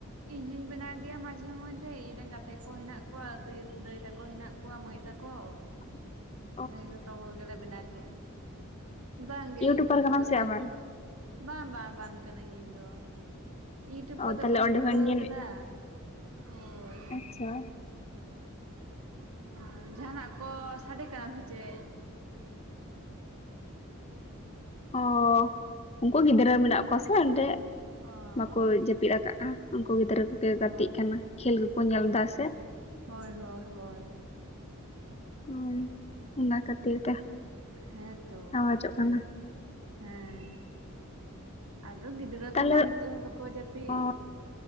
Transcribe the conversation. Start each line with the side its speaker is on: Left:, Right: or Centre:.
Right: ᱤᱧ ᱦᱚᱧ ᱵᱮᱱᱟᱣ ᱜᱮᱭᱟ ᱢᱟᱡᱷᱮ ᱢᱚᱫᱽᱫᱷᱮ ᱤᱧ ᱨᱮᱱ ᱜᱟᱛᱮ ᱠᱚ ᱦᱮᱱᱟᱜ ᱠᱚᱣᱟ ᱫᱟᱹᱭ ᱫᱟᱹᱭ ᱛᱟᱠᱚ ᱦᱮᱱᱟᱜ ᱼᱼ ᱠᱚᱣᱟ ᱠᱚᱣᱟ ᱢᱟᱹᱭ ᱛᱟᱠᱚ।
Left: ᱴᱷᱤᱠ <inaudible>
Right: ᱟᱞᱮ ᱡᱷᱚᱛᱚ ᱦᱚᱲ ᱜᱮᱞᱮ ᱵᱱᱟᱭᱟ᱾ ᱵᱟᱝᱜᱮ
Left: ᱤᱭᱩᱴᱩᱵᱟᱨ
Right: ᱤᱭᱩᱴᱩᱵᱽ ᱴᱩ <unintelligible> ᱨᱮᱫᱚ
Left: ᱠᱟᱱᱟᱢ ᱥᱮ
Right: ᱵᱟᱹᱧ
Left: ᱟᱵᱟᱨ
Right: ᱵᱟᱝ ᱵᱟᱝ ᱵᱟᱝ ᱠᱟᱹᱱᱟᱹᱧ ᱤᱧ ᱫᱚ। ᱤᱭᱩᱴᱩᱵᱽ
Left: ᱚ
Right: ᱠᱚᱫᱚ
Left: ᱛᱟᱦᱚᱞᱮ
Right: ᱵᱟᱹᱧ
Left: ᱚᱸᱰᱮ
Right: ᱠᱷᱩᱞᱟᱹᱣ
Left: ᱠᱷᱚᱱ ᱜᱮ
Right: ᱟᱠᱟᱫᱟ ᱦᱳᱭ।
Left: ᱟᱪᱪᱷᱟ
Right: ᱚ ᱡᱟᱦᱟᱱᱟᱜ ᱠᱚ ᱥᱟᱰᱮ ᱠᱟᱱᱟ ᱥᱮ ᱪᱮᱫ?
Left: ᱚᱻ ᱩᱱᱠᱩ ᱜᱤᱫᱽᱨᱟᱹ ᱢᱮᱱᱟᱜ ᱠᱚᱣᱟ ᱥᱮ ᱚᱸᱰᱮ
Right: ᱚ
Left: ᱵᱟᱠᱚ
Right: ᱚ
Left: ᱡᱟᱹᱯᱤᱫ ᱟᱠᱟᱫᱼᱟ। ᱩᱱᱠᱩ ᱜᱤᱫᱽᱨᱟᱹ ᱠᱚᱜᱮ ᱜᱟᱛᱮᱜ
Right: ᱚ
Left: ᱠᱟᱱᱟ। ᱠᱷᱮᱞ ᱠᱚᱠᱚ ᱧᱮᱞ ᱮᱫᱟ ᱥᱮ᱾
Right: ᱦᱳᱭ ᱦᱳᱭ ᱦᱳᱭ
Left: ᱦᱩᱸᱻ ᱚᱱᱟ ᱠᱷᱟᱹᱛᱤᱨ ᱛᱮ।
Right: ᱦᱮᱸ ᱛᱚ
Left: ᱟᱣᱟᱡᱚᱜ ᱠᱟᱱᱟ
Right: ᱦᱮᱸ ᱟᱫᱚ ᱜᱤ ᱜᱤᱫᱽᱨᱟᱹ
Left: ᱛᱟᱦᱚᱞᱮ
Right: ᱠᱚ ᱢᱟ ᱱᱤᱛ ᱦᱚ ᱵᱟᱠᱚ ᱡᱟᱯᱤ
Left: ᱚ